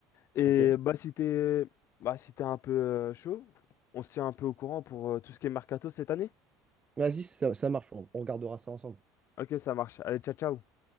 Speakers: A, on the left; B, on the right.
A: Et
B: Ok.
A: bah si t'es bah, si t'es un peu euh, chaud, on se tient un peu au courant pour euh, tout ce qui est mercato cette année.
B: Vas-y, ça, ça marche, on, on regardera ça ensemble.
A: Ok, ça marche. Allez, ciao, ciao.